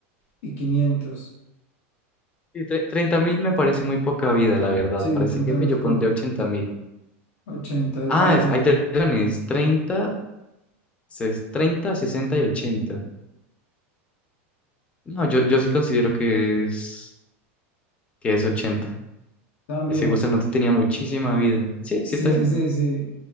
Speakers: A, on the left (about 75°); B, on the left (about 15°).
A: y 500.
B: Sí, tre- 30.000 me parece muy poca vida, la verdad.
A: Sí,
B: Para ese
A: 30
B: jefe
A: menos
B: yo
A: poco.
B: pondría ochenta mil
A: ochenta. yo
B: Ah,
A: también.
B: es- hay telones, treinta ses- treinta 60 y 80. No, yo, yo sí considero que es, que es 80.
A: También.
B: Ese gusanote
A: <laughs>
B: tenía muchísima vida. Sí,
A: Sí,
B: sí está bien.
A: sí, sí, sí.